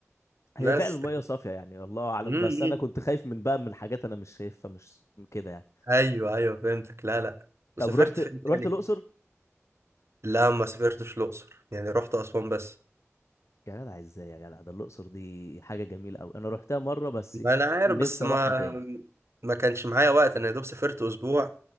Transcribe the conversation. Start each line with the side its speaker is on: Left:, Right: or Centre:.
Left: هي
Right: بس
Left: فعلا الميه صافيه يعني الله اعلم
Right: امم
Left: بس انا كنت خايف من بقى من حاجات انا مش شايفها مش كده يعني
Right: أيوه أيوه فهمتك لا لا
Left: طب
Right: وسافرت
Left: رحت
Right: فين تاني؟
Left: رحت الاقصر
Right: لا ما سافرتش الأقصر يعني رحت أسوان بس
Left: يا جدع ازاي يا جدع ده الأقصر دي حاجة جميلة أوي أنا روحتها مرة بس
Right: ما أنا عارف
Left: نفسي
Right: بس ما
Left: أروحها تاني
Right: ما كانش معايا وقت أنا يا دوب سافرت أسبوع